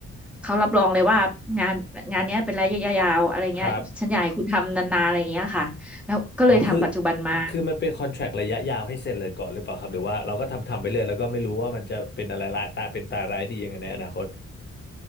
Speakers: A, in the centre; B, on the left (about 35°).
A: เขารับรองเลยว่างานงานเนี้ยเป็นระยะยาวอะไรเงี้ยฉันอยากให้คุณทำนานๆอะไรเงี้ยค่ะแล้วก็เลยทำปัจจุบันมา
B: ครับเอาคือคือมันเป็นคอนแทรคระยะยาวให้เซ็นเลยก่อนหรือเปล่าครับหรือว่าเราก็ทำทำไปเลยแล้วก็ไม่รู้ว่ามันจะเป็นอะไรร้ายตาเป็นตาร้ายดียังไงในอนาคต